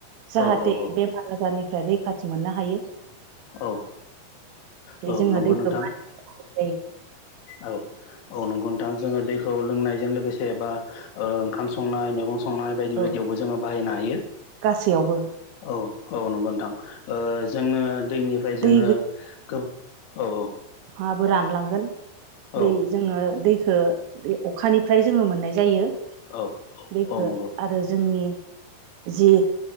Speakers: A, on the right; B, on the left.
A: जाहाथे
B: औ औ
A: बेमार आजारनिफ्राय रैखाथि मोननो हायो
B: औ औ
A: जोङो
B: नंगौ
A: दैखौ
B: नोंथां
A: मायो <unintelligible>
B: औ औ नंगौ नोंथां जोङो दैखौ लोंनायजों लोगोसे बा अ ओंखाम संनाय मैगं सं- नाय बायदि
A: औ
B: बायदियावबो जोङो बाहायनो हायो
A: गासैयावबो
B: औ औ नंगौ नोंथां अ जोङो दैनिफ्राय जोङो
A: दै
B: गो औ औ
A: आबो रानलांगोन दै
B: औ
A: जोङो दै- खौ बे अखानिफ्राय जोङो मोननाय जायो
B: औ
A: बेखौ
B: औ नंगौ
A: आरो जोंनि जि